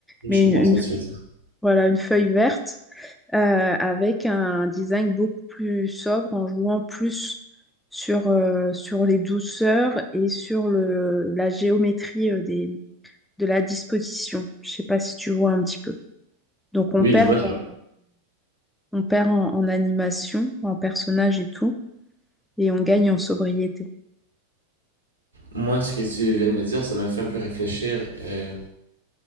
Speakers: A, in the centre; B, on the right.
A: mais
B: je comprends
A: une, une-
B: ce que tu veux dire.
A: voilà, une feuille verte euh, avec un design beaucoup plus sobre en jouant plus sur, euh, sur les douceurs et sur le, la géométrie euh, des, de la disposition. Je sais pas si tu vois un petit peu. Donc on
B: Oui,
A: perd,
B: je vois.
A: en-
B: Euh,
A: on perd en, en animation, en personnage et tout, et on gagne en sobriété.
B: Moi, ce que tu viens de me dire, ça m'a fait un peu réfléchir. euh,